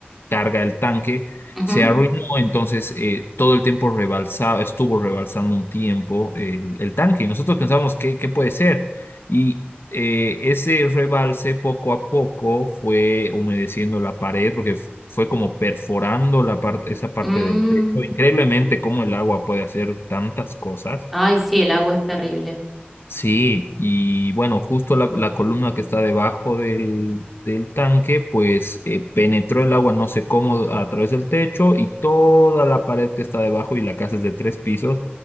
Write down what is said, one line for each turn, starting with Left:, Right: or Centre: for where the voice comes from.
Left: carga el tanque,
Centre: ujú,
Left: se arruinó, entonces eh, todo el tiempo rebalsaba, estuvo rebalsando un tiempo el, el tanque y nosotros pensamos, ¿qué, qué puede ser? Y eh, ese rebalse poco a poco fue humedeciendo la pared porque f- fue como perforando la parte, esa parte
Centre: mm.
Left: del techo. Increíblemente cómo el agua puede hacer tantas cosas.
Centre: ay, sí, el agua es terrible.
Left: Sí, y bueno, justo la, la columna que está debajo del, del tanque, pues eh, penetró el agua no sé cómo a través del techo y toda la pared que está debajo, y la casa es de tres pisos,